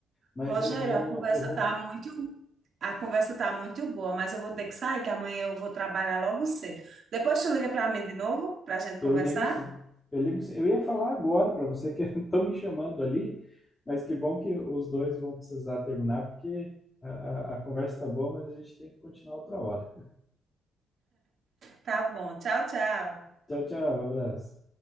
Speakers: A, on the left (about 25°); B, on the right (about 55°).
A: Mas
B: Rogério,
A: eu vou,
B: a conversa
A: eu vou
B: tá muito a conversa tá muito boa, mas eu vou ter que sair, que amanhã eu vou trabalhar logo cedo. Depois tu liga para mim de novo, para a gente
A: Eu
B: conversar?
A: ligo sim. Eu ligo sim. Eu ia falar agora para você que <laughs> estão me chamando ali, mas que bom que os dois vão precisar terminar, porque a, a- a conversa está boa, mas a gente tem que continuar outra hora.
B: Tá bom. Tchau, tchau.
A: Tchau, tchau. Abraço.